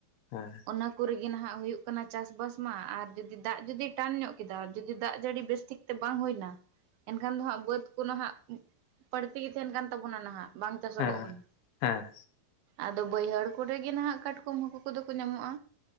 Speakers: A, on the left (about 85°); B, on the right (about 70°).
A: ᱦᱮᱸ᱾
B: ᱚᱱᱟ ᱠᱚ ᱨᱮᱜᱮ ᱱᱟᱦᱟᱜ ᱦᱩᱭᱩᱜ ᱠᱟᱱᱟ ᱪᱟᱥᱵᱟᱥ ᱢᱟ ᱟᱨ ᱡᱩᱫᱤ ᱫᱟᱜ ᱡᱩᱫᱤ ᱴᱟᱱ ᱧᱚᱜ ᱠᱮᱫᱟ ᱡᱩᱫᱤ ᱫᱟᱜ ᱡᱟᱹᱲᱤ ᱵᱮᱥ ᱴᱷᱤᱠ ᱛᱮ ᱵᱟᱝ ᱦᱩᱭ ᱞᱮᱱᱟ ᱮᱱᱠᱷᱟᱱ ᱫᱚ ᱦᱟᱸᱜ ᱵᱟᱹᱫ ᱠᱚ ᱱᱟᱦᱟᱜ ᱵᱟᱹᱲᱛᱤ ᱜᱮ ᱛᱟᱦᱮᱱ ᱠᱟᱱ ᱛᱟᱵᱚᱱᱟ ᱱᱟᱦᱟᱜ ᱵᱟᱝ ᱪᱟᱥᱚᱜᱚᱜ
A: ᱦᱮᱸ
B: ᱠᱟᱱᱟ᱾
A: ᱦᱮᱸ᱾
B: ᱟᱫᱚ ᱵᱟᱹᱭᱦᱟᱹᱲ ᱠᱚᱨᱮ ᱜᱮ ᱱᱟᱦᱟᱜ ᱠᱟᱴᱠᱚᱢ ᱦᱟᱹᱠᱩ ᱠᱚᱫᱚ ᱠᱚ ᱧᱟᱢᱚᱜᱼᱟ᱾